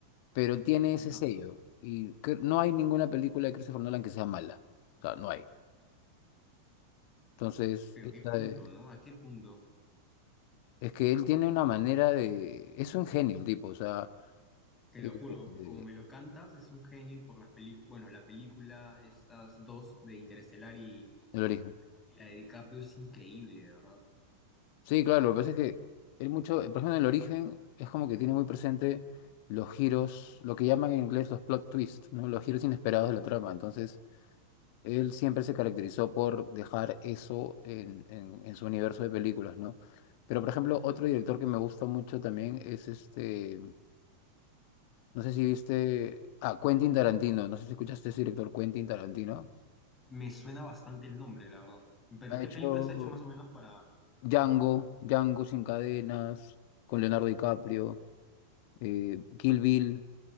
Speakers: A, on the left; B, on the left.
A: pero tiene
B: Ya,
A: ese sello. Y cre- no hay ninguna película de Christopher Nolan que sea mala. O sea, no hay. Entonces,
B: pero
A: esta
B: qué punto,
A: de-
B: ¿no? ¿A qué punto?
A: es que él tiene una manera de... Es un genio el tipo, o sea,
B: Te
A: eh,
B: lo juro,
A: eh, eh,
B: como me lo cantas, es un genio por las películas. Bueno, la película, estas dos de Interestelar y,
A: el origen.
B: y la de DiCaprio es increíble, de verdad.
A: Sí, claro, lo que pasa es que él mucho, por ejemplo, en el origen es como que tiene muy presente los giros, lo que llaman en inglés los plot twists, ¿no? Los giros inesperados de la trama. Entonces... Él siempre se caracterizó por dejar eso en, en- en su universo de películas, ¿no? Pero, por ejemplo, otro director que me gusta mucho también es este, no sé si viste, ah, Quentin Tarantino, no sé si escuchaste ese director Quentin Tarantino.
B: Me suena bastante el nombre, la verdad. Pero
A: Ha
B: ¿qué
A: hecho
B: películas ha hecho más o menos para,
A: Django, Django sin cadenas, con Leonardo DiCaprio, eh, Kill Bill,